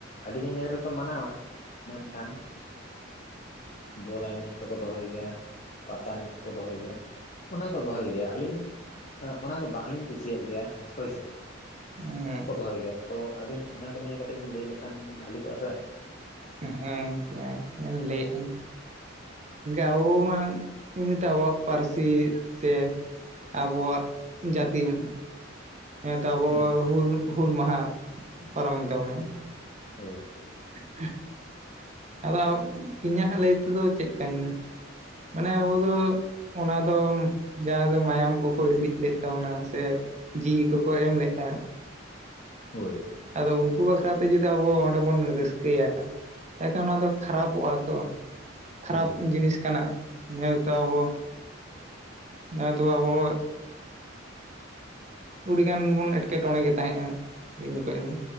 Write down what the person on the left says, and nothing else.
ᱟᱹᱰᱤᱜᱟᱱ ᱡᱟᱭᱜᱟ ᱨᱮᱠᱚ ᱢᱟᱱᱟᱣᱟ ᱢᱮᱱᱠᱷᱟᱱ ᱵᱚᱞ ᱮᱱᱮᱡ ᱠᱚᱠᱚ ᱫᱚᱦᱚᱭ ᱜᱮᱭᱟ ᱯᱟᱛᱟ ᱮᱱᱮᱡ ᱠᱚᱠᱚ ᱫᱚᱦᱚᱭ ᱜᱮᱭᱟ ᱚᱱᱟ ᱠᱚ ᱫᱚᱦᱚᱭ ᱜᱮᱭᱟ ᱟᱹᱞᱤᱧ ᱚᱱᱟ ᱠᱚ ᱵᱟᱝᱞᱤᱧ ᱠᱩᱥᱤᱭᱟᱜ ᱜᱮᱭᱟ ᱦᱚᱭᱥᱮ
ᱫᱚᱦᱚᱭ ᱜᱮᱭᱟ ᱛᱚ ᱟᱵᱤᱱ ᱚᱱᱟ ᱠᱚ ᱱᱤᱭᱟ. ᱠᱟᱹᱴᱤᱡ ᱵᱤᱱ ᱞᱟᱹᱭ ᱞᱮᱠᱷᱟᱱ ᱵᱷᱟ. ᱞᱤ ᱠᱚᱜᱼᱟ ᱥᱮ
ᱦᱮᱸ
ᱦᱩ ᱦᱳᱭ
ᱦᱳᱭ
ᱦᱳᱭ